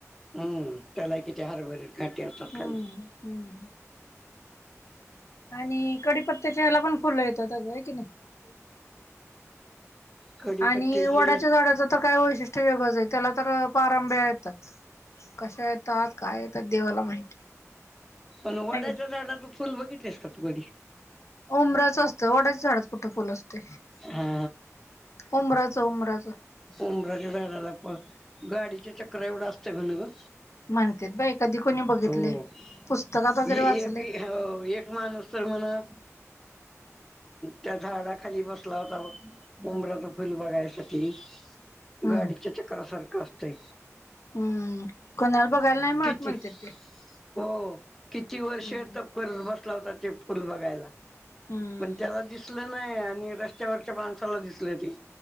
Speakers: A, in the centre; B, on the left.
A: हम् त्याला किती हरभरी काटी असतात
B: हम्म
A: खाली
B: हम्म आणि कडीपत्त्याच्याला पण फुलं येतात आगं हाय की नाही
A: कढीपत्त्याचे
B: आणि वडाच्या
A: ल-
B: झाडाचा तर काय वैशिष्ट्य वेगळंच आहे त्याला तर पारंब्या येतात कशा येतात काय येतात देवाला माहिती
A: पण वडाच्या
B: आहे की नाही
A: झाडाच फुल बघितलेस का तू कधी
B: उमराचं असत वड्याच्या झाडात कुठ फल असतं
A: हा
B: उमराच उमराचं
A: ऊबराच्या झाडाला पण गाडीचे चक्र एवढं असतं म्हण ग
B: म्हणते बाई कधी कोणी बघितले
A: हो
B: पुस्तकात वगैरे
A: ए-
B: वाचले
A: एक एक माणूस तर म्हणा त्या झाडाखाली बस होतांबचा फुल बघायसाठी
B: हम्म
A: गाडीच्या चकासारख असते
B: हम्म कोणाला बघायला नाही म्हणत
A: किती
B: म्हणते ते
A: हो किती वर्ष
B: हम्म
A: तप करत बसला होता ते फुल बघायला
B: हम्म
A: पण त्याला दिसलं नाही आणि रस्त्यावरच्या माणसाला दिसले ते